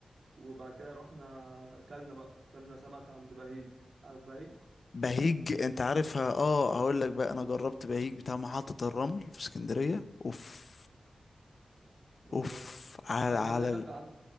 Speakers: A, on the right; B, on the left.
A: وبعد كده رحنا كلنا بقى كلنا سمك عند بهيج عارف بهيج
B: بهيج انت عارفها اه هقول لك بقى انا جربت بهيج بتاع محطة الرمل في اسكندرية اوف
A: والله
B: اوف على
A: أي
B: على
A: ما ده اللي كلت
B: ال-
A: عنده